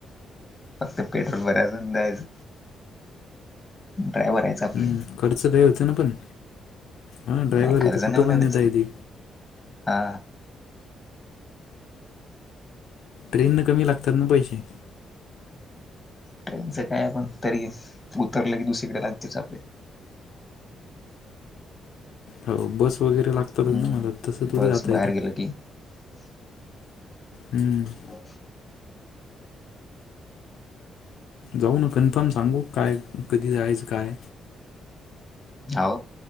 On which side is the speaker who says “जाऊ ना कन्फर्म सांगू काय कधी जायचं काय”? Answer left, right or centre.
Left